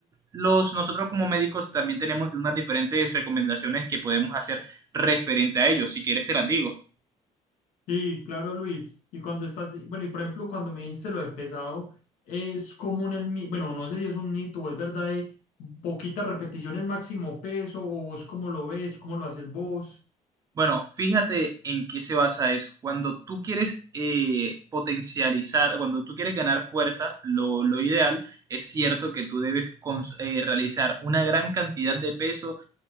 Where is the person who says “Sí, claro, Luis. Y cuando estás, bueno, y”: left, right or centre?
Left